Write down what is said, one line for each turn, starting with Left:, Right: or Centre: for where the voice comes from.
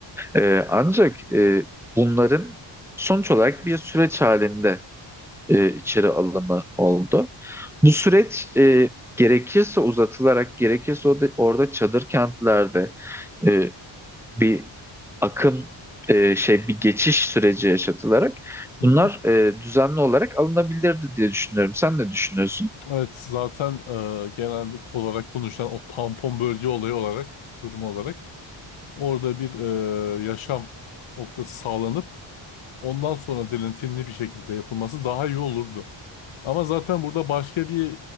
Centre: Ee, ancak e, bunların sonuç olarak bir süreç halinde e, içeri alımı oldu. Bu süreç e, gerekirse uzatılarak, gerekirse orada, orada çadır kentlerde e, bir akım e, şey bir geçiş süreci yaşatılarak
Left: Hı
Centre: bunlar
Left: hı.
Centre: e, düzenli olarak alınabilirdi diye düşünüyorum. Sen ne düşünüyorsun?
Left: Evet zaten e, genelde olarak konuşulan o tampon bölge olayı olarak durumu olarak orada bir e, yaşam noktası sağlanıp Ondan sonra dilintinli bir şekilde yapılması daha iyi olurdu. Ama zaten burada başka bir